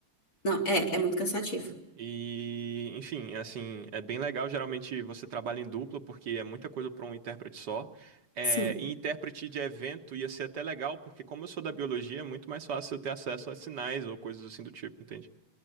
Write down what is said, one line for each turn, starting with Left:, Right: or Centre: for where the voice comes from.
Left: Não, é, é
Right: E,
Left: muito cansativo.
Right: e, enfim, assim, é bem legal. Geralmente você trabalha em dupla porque é muita coisa para um intérprete só. É,
Left: Sim.
Right: e intérprete de evento ia ser até legal porque como eu sou da biologia, é muito mais fácil eu ter acesso a sinais ou coisas assim do tipo, entende?